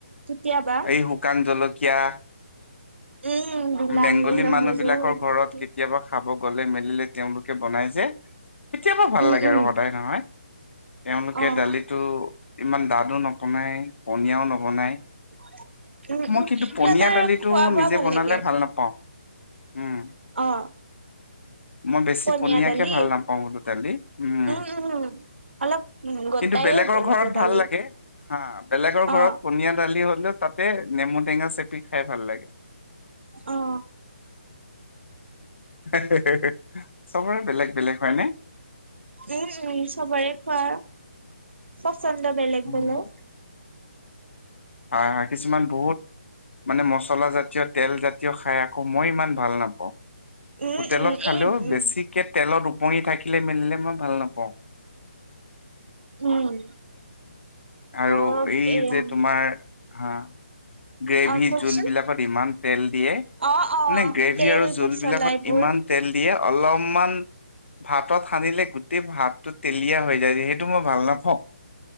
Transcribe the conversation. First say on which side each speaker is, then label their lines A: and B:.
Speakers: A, on the right; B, on the left.
A: কেতিয়াবা
B: এই শুকান জলকীয়া
A: উম বিলাহী
B: বেংগলী
A: নহৰু
B: মানুহ বিলাকৰ
A: এইবোৰ
B: ঘৰত কেতিয়াবা খাব গলে মেলিলে তেওঁলোকে বনাই যে, কেতিয়াবা ভাল
A: উম
B: লাগে
A: উম
B: আৰু, সদায় নহয়। তেওঁলোকে
A: অ উম
B: দালিতো ইমান দাঠো নবনায়, পনীয়াও নবনায়।
A: <inaudible>
B: মই
A: উম
B: কিন্তু
A: সিহঁতৰ
B: পনীয়া দালিটো
A: খোৱা বোৱা
B: নিজে বনালে
A: লাগে
B: ভাল নাপাওঁ, উম।
A: অ'।
B: মই বেছি
A: পনীয়া
B: পনিয়াকে
A: দালি
B: ভাল নাপাওঁ বোলো দালি, উম।
A: উম। অলপ উম গোটাই
B: কিন্তু বেলেগৰ
A: হ'ব লাগে
B: ঘৰত
A: দালি
B: ভাল লাগে, হা বেলেগৰ
A: অ
B: ঘৰত পনীয়া দালি হ'লেও এ নেমু টেঙা চেপি খাই ভাল লাগে।
A: অ'।
B: হা হা, চবৰে বেলেগ বেলেগ হয়নে?
A: উম উম, চবৰেই খোৱা, পচন্দ বেলেগ
B: উম,
A: বেলেগ
B: হয় হয়, কিছুমান বহুত মানে মচলা জাতীয় তেল জাতীয় খাই আকৌ, মই ইমান ভাল নাপাওঁ।
A: উম
B: হোটেলত
A: উম
B: খালেও
A: এই উম
B: বেছিকে তেলত ওপঙি থাকিলে মেলিলে মই ভাল নাপাওঁ।
A: উম।
B: আৰু
A: অ
B: এইযে
A: এয়া
B: তোমাৰ, আ গ্ৰেভি
A: অ কওকচোন
B: জোল বিলাকত ইমান তেল দিয়ে। মানে
A: অ অ
B: গ্ৰেভি
A: তেল
B: আৰু জোল
A: মচলা
B: বিলাকত
A: এইবোৰ
B: ইমান তেল দিয়ে, অলপমান ভাতত সানিলে গোটেই ভাতটো তেলীয়া হৈ যায়, সেই সেইটো মই ভাল নাপাওঁ।